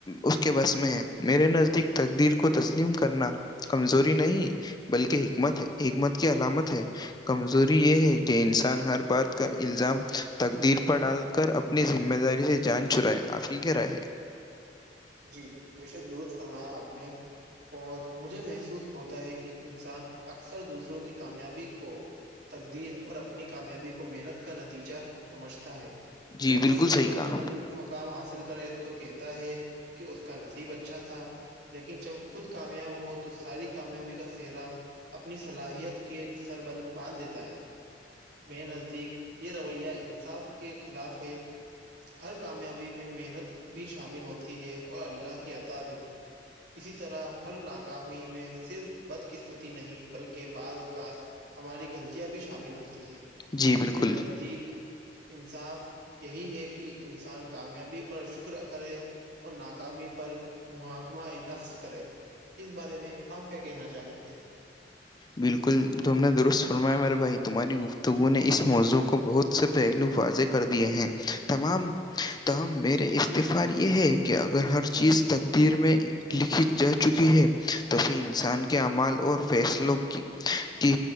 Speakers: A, on the left; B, on the right.
A: اس کے بس میں ہے میرے نزدیک تقدیر کو تسلیم کرنا کمزوری نہیں بلکہ حکمت ہے حکمت کی علامت ہے کمزوری یہ ہے کہ انسان ہر بات کا الزام تقدیر پر ڈال کر اپنی ذمہ داری سے جان چرائے آپ کی کیا رائے
B: جی بےشک درست فرمایا آپ نے اور مجھے محسوس ہوتا ہے کہ انسان اکثر دوسروں کی کامیابی کو تقدیر اور اپنی کامیابی کو محنت کا نتیجہ سمجھتا ہے
A: جی
B: جب کوئی
A: بالکل
B: دوسرا
A: صحیح کہا
B: بلند م کام حاصل کرے تو کہتا ہے کہ اس کا نصیب اچھا تھا لیکن جب خود کامیاب ہو تو تو ساری کامیابی کا سہرا اپنی صلاحیت کے سر باندھ دیتا ہے میں نزدیک یہ رویہ انصاف کے خلاف ہے ہر کامیابی میں محنت بھی شامل ہوتی ہے اور اللہ کی بھی اسی طرح ہر ناک ناکای میں صرف بدقسمتی نہیں بلکہ بعض اق ہماری غلطیاں بھی شامل ہوتی ہے
A: جی بالکل
B: میں نزدیک انصاف یہی ہے کہ انسان کامیابی پر شکر کرے اور ناکامی پر محکمہ نفس کرے اس بارے میں آپ کیا کہنا چاہیں گے؟
A: بالکل تم نے درست فرمایا میرے بھائی تمہاری گفتگو نے اس موضوع کو بہت سے پہلو فاضح کر دیے ہیں تمام تم میرے استعفی یہ ہے کہ کہ اگر ہر چیز تقدیر میں لکھی جا چکی ہے تو پھر انسان کے کے عمال اور فیصلوں کی کی